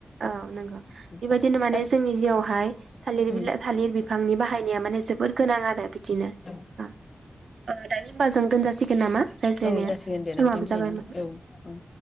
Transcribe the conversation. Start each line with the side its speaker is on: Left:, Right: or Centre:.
Right: औ नंगौ
Left: औ
Right: बेबायदिनो माने
Left: जासि
Right: जोंनि जिउआवहाय थालिर बिला
Left: ओम
Right: थालिर बिफां नि बाहायनाया माने जोबोर गोनां आरो दिनो
Left: औ
Right: ओ <unintelligible> ओ दायो होम्बाजों दोनजासिगो नामा? रायज्लायनाया
Left: औ जासिगोन दे
Right: समाबो
Left: नोंथां दिनैनि
Right: जाबायमोन
Left: औ ओ